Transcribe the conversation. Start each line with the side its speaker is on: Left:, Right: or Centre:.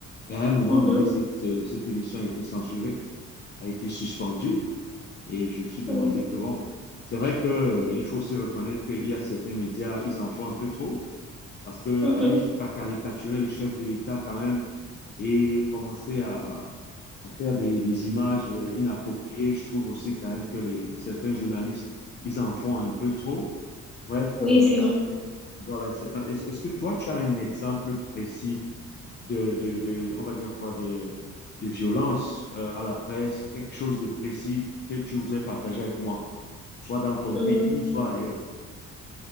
Left: Et à un moment
Centre: Mhm.
Left: donné, cette, euh, cette émission a été censurée, a été suspendue. Et je me suis demandé
Centre: Oui,
Left: que, bon, c'est vrai qu'il euh, il faut aussi reconnaître qu'il y a certains médias, ils en font un peu trop, parce que
Centre: Mhm.
Left: aller jusqu'à caricaturer le chef de l'État quand même et commencer à, à faire des, des images euh, inappropriées, je trouve aussi quand même que les, certains journalistes, ils en font un peu trop. Bref,
Centre: Oui,
Left: euh,
Centre: c'est
Left: c'est-
Centre: vrai.
Left: voilà. c'est- Est-ce est-ce que toi, tu as un exemple précis? de, de, de- on va dire quoi, de, de violence euh, à la presse, quelque chose de précis que tu voudrais partager avec moi, soit dans ton
Centre: Mhm.
Left: pays, soit ailleurs.